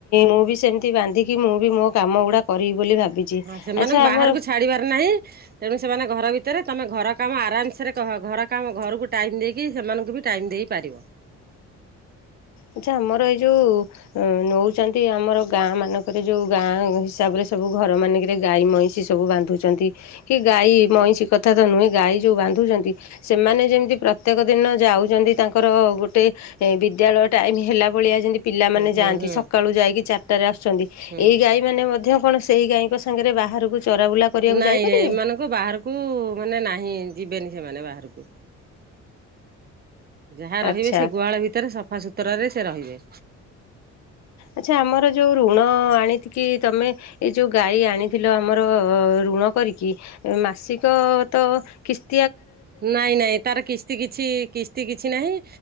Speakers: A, on the left; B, on the right.
A: ମୁଁ ସେମିତି ବନ୍ଧିକି ମୋ କାମା ଗୁଡା କରିବି ବୋଲି ଭାବିଛି। ଆଚ୍ଛା
B: ହଁ ସେମାନଙ୍କୁ ବାହାରକୁ
A: ଆମର
B: ଛାଡିବାର ନାହିଁ। ତେଣୁ ସେମାନେ ଘର ଭିତରେ ତମେ ଘର କାମ ଆରାମସରେ ଘର କାମ ଘରକୁ ଟାଇମ ଦେଇକି ସେମାନଙ୍କୁ ବି ଟାଇମ ଦେଇପାରିବ।
A: ଆଚ୍ଛା ଆମର ଏଇ ଯୋଉ ନଉଛନ୍ତି ଆମର ଗାଁ ମାନଙ୍କରେ ଯୋଉ ଗାଁ ହିସାବରେ ସବୁ ଘର ମାନଙ୍କରେ ଗାଈ ମଇଁଷି ସବୁ ବାନ୍ଧୁଛନ୍ତି କି ଗାଈ ମଇଁଷି କଥା ତ ନୁହେଁ ଗାଈ ଯୋଉ ବାନ୍ଧୁଛନ୍ତି ସେମାନେ ଯେମିତି ପ୍ରତ୍ୟେକ ଦିନ ଯାଉଛନ୍ତି ତାଙ୍କର ଗୋଟେ ବିଦ୍ୟାଳୟ। ଟାଇମ୍ ହେଲା ଭଳିଆ ଯେମିତି ପିଲାମାନେ
B: ହୁଁ ହୁଁ
A: ଯାଆନ୍ତି
B: ହୁଁ
A: ସକାଳୁ ଯାଇକି ଚାର ତ ରାସ୍ ଆଛନ୍ତି
B: ହୁଁ।
A: ଏଇ ଗାଈ ମାନେ ମଧ୍ୟ ଆପଣ ସେଇ ଗାଈଙ୍କ ସାଙ୍ଗରେ ବାହାରକୁ ଚରାବୁଲା କରିବାକୁ
B: ନାଇଁ
A: ଯାଇପାରିବେ?
B: ଏମାନଙ୍କୁ ବାହାରକୁ ମାନେ ନାହିଁ ଯିବେନି। ଏମାନେ ବାହାରକୁ ଯାହା ରହିବେ
A: ଆଚ୍ଛା
B: ସେ ଗୁହାଳ ଭିତରେ ସବୁ ସଫା ସତୁରା ରେ ସେ ରହିବେ।
A: ଆଚ୍ଛା ଆମର ଯୋଉ ଋଣ ଆଣି କିି ତମେ ଏ ଯୋଉ ଗାଈ ଆଣିଥିଲ ଆମର ଋଣ କରିକି କି ମାସିକ ଅ ତ କିସ-
B: ନାଇଁ ନାଇଁ ତାର କିସ୍ତି କିଛି କିସ୍ତି କିଛି ନାହିଁ